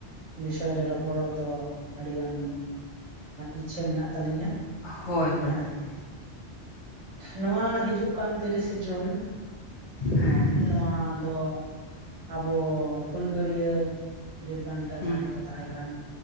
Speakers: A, on the right; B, on the left.
A: ᱵᱤᱥᱚᱭ ᱨᱮ ᱨᱚᱯᱚᱲᱚᱜ ᱫᱚ ᱟᱹᱰᱤ ᱜᱟᱱ ᱤᱪᱪᱷᱟᱹ ᱢᱮᱱᱟᱜ ᱛᱟᱹᱞᱤᱧᱟ
B: ᱦᱳᱭ ᱦᱳᱭ
A: ᱦᱮᱸ
B: ᱦᱳᱭ
A: ᱱᱚᱣᱟ ᱦᱤᱡᱩᱜ ᱠᱟᱱ ᱛᱤᱨᱤᱥᱮ ᱡᱩᱱ
B: ᱦᱮᱸ ᱦᱮᱸ
A: ᱱᱚᱣᱟ ᱫᱚ ᱟᱵᱚ ᱦᱩᱞᱜᱟᱹᱨᱭᱟᱹ ᱵᱤᱨᱵᱟᱱᱴᱟ
B: ᱦᱩᱸ
A: ᱡᱟᱦᱟᱸᱭ ᱠᱚ ᱛᱟᱦᱮᱸ ᱠᱟᱱ